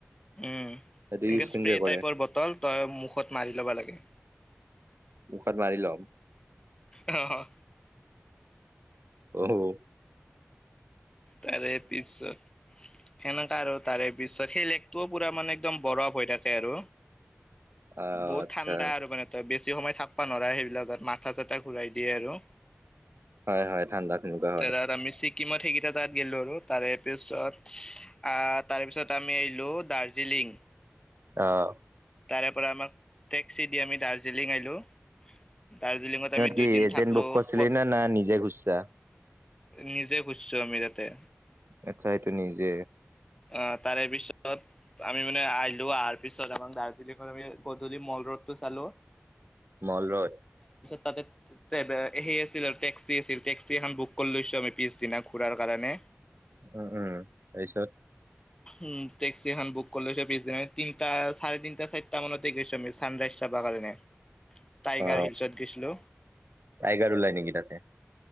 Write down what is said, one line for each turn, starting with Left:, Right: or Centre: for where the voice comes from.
Left: উম'
Right: সেইটো
Left: এনেকে
Right: ইউজ কেনেকে
Left: স্প্ৰে
Right: কৰে
Left: টাইপৰ বটল তই মুখত মাৰি ল'ব লাগে।
Right: মুখত মাৰি লম।
Left: হা হা।
Right: অঁ।
Left: তাৰে পিছত সেনেকা আৰু তাৰে পিছত সেই লেগটোও পুৰা মানে একদম বৰফ হৈ থাকে আৰু।
Right: অ',
Left: বহুত
Right: আচ্ছা
Left: ঠাণ্ডা আৰু মানে তই বে ছি সময় থাকবা নোৱাৰা সেইবিলাকত মাথা চাথা ঘূৰাই দিয়ে আৰু।
Right: হয় হয় ঠাণ্ডাত তেনেকুৱা হয়।
Left: তাত আমি ছিকিমত সেইকেইটা তাত গলো আৰু তাৰে পিছত, আহ তাৰ পিছত আমি আহিলো দাৰ্জিলিং।
Right: আহ।
Left: তাৰে পৰা আমাক টেক্সি দি আমি দাৰ্জিলিং আহিলোঁ। দাৰ্জিলিঙত আমি
Right: কি
Left: দুইদিন
Right: এজেণ্ট
Left: থাকলো
Right: বুক কৰিছিলি
Left: প
Right: নে না নিজে ঘুৰছা?
Left: নিজে খুজছো আমি তাতে।
Right: আচ্ছা এইটো নিজে?
Left: অ তাৰে পিছত আমি মানে আহিলো অহাৰ পিছত আমাৰ দাৰ্জিলিং আমি গধূলি ম ৰ'দ টো চালোঁ।
Right: Mall road.
Left: তাতে সেই আছিল আৰু টেক্সি আছিল, টেক্সি এখন বুক কৰি লৈছো আমি পিছদিনা ঘূৰাৰ কাৰণে।
Right: উম উম। তাৰপিছত?
Left: উম টেক্সি এখন বুক কৰি লৈছে পিছদিনা তিনটা চাৰে তিনটা, চাৰিটা মানতে গৈছো আমি চানৰাইজ চাব কাৰণে। টাইগাৰ
Right: অ
Left: হিলছত গৈছিলো
Right: টাইগাৰ ওলাই নেকি তাতে?